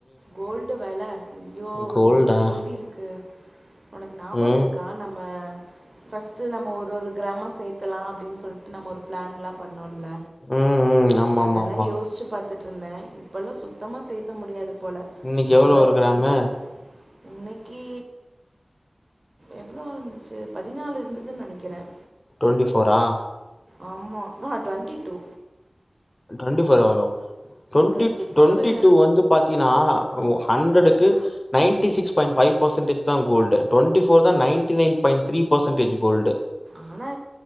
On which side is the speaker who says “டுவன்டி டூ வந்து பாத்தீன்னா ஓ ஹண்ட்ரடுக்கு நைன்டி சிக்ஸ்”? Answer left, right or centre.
Left